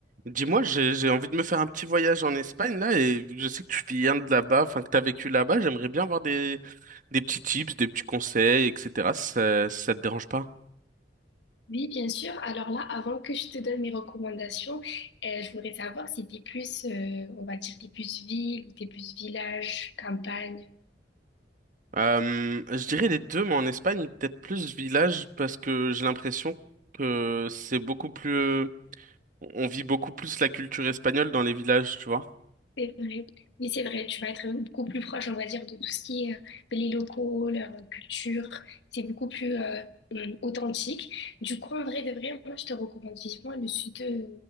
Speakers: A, on the right; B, on the left.
A: Dis-moi, j'ai j'ai envie de me faire un petit voyage en Espagne là et vu que je sais que tu viens de là-bas, enfin que t'as vécu là-bas, j'aimerais bien avoir des des petits tips, des petits conseils, etc. si Ça, si ça te dérange pas?
B: Oui, bien sûr. Alors là, avant que je te donne mes recommandations, euh, je voudrais savoir si t'es plus, euh, on va dire, t'es plus ville ou t'es plus village, campagne.
A: Euh, je dirais les deux, mais en Espagne peut-être plus village parce que j'ai l'impression que c'est beaucoup plus, euh, on vit beaucoup plus la culture espagnole dans les villages, tu vois.
B: C'est vrai. Oui, c'est vrai. Tu vas être beaucoup plus proche, on va dire, de tout ce qui est euh, les locaux, leur culture. C'est beaucoup plus euh, hum, authentique. Du coup, en vrai de vrai, moi, je te recommande vivement le sud de,